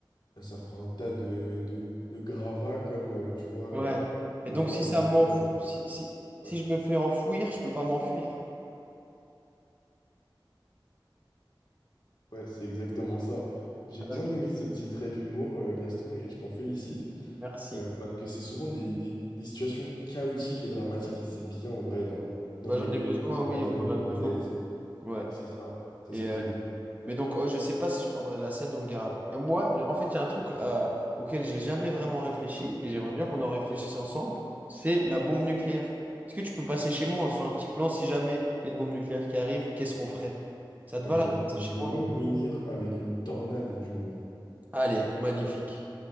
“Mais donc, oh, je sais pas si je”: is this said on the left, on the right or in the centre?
Right